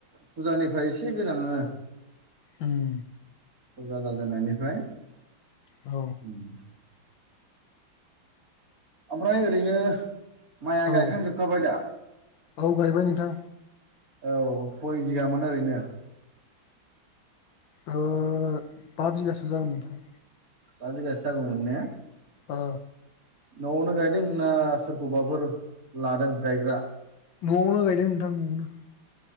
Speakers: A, on the right; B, on the left.
A: फुजानिफ्राय एसे गोजाङो।
B: उम
A: फुजा जाजेननायनिफ्राय।
B: औ
A: उम ओमफ्राय ओरैनो माइआ
B: औ
A: गायखांजोबखाबाय दा?
B: औ गायबाय नोंथां
A: औ कै बिघामोन ओरैनो?
B: ओ पास बिघासो जागोन नोंथां।
A: बा बिघासो जागौमोन ने?
B: औ
A: न'आवनो गायदों ना सोरखौबाफोर लादों गायग्रा?
B: न'आवनो गायदों नोंथां न'आवनो।